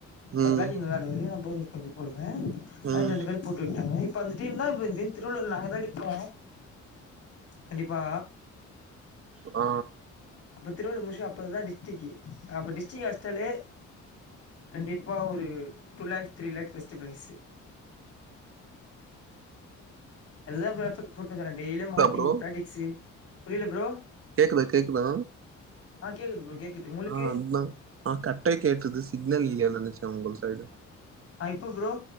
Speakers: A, on the right (about 45°); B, on the left (about 50°).
A: ம்
B: அவ்ர் பேட்டிங் நல்லா இதுவரையு நா பௌலிங் கொஞ்சோ போடுவே ஆ
A: ம்
B: ரெண்டு பேரு போட்டு விட்டாங்க இப்ப அந்த டீம் தா இப்ப <unintelligible> திருவள்ளூர் நாங்க தா அடிப்போ கண்டிப்பா
A: ஆ
B: அப்ப திருவள்ளு முச்சி அப்றோதா டிஸ்டிக்கு அப்ப டிஸ்டிக்ஹஸ்டலே கண்டிப்பா ஒரு two lakh three lakh first prize அதுதா ஃப்ரோ‌ <unintelligible> கூட்டுட்டுருக்கே டெய்லி மார்னிங்
A: ஆ ப்ரோ
B: ப்ராக்டிஸ்ஸு புரியில ஃப்ரோ
A: கேக்குதா கேக்குதா
B: ஆ கேக்குது ஃப்ரோ கேக்குது உங்களுக்கு
A: ஆ அதுதா ஆ கட்டாய் கேக்குது சிக்னல் இல்லையானு நெனைச்சே உங்க சைடு
B: ஆ இப்ப ஃப்ரோ